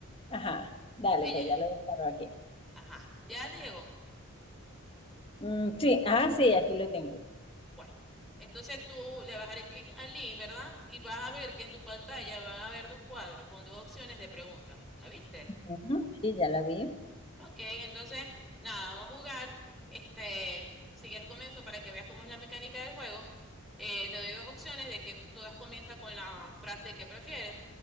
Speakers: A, on the left (about 25°); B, in the centre.
A: Ajá. Dale,
B: Ella,
A: pues ya lo disparo aquí.
B: ajá, ya te llegó.
A: Mm, sí, ah, sí, aquí lo tengo.
B: Bueno, entonces tú le vas a dar clic al link, ¿verdad? Y vas a ver que en tu pantalla van a haber dos cuadros con dos opciones de preguntas. ¿La viste?
A: Ujú. Sí, ya la vi.
B: Ok, entonces, nada, vamos a jugar. Este, si quieres comienzo para que veas cómo es la mecánica del juego. Eh, te doy dos opciones de que todas comienzan con la frase que prefieres.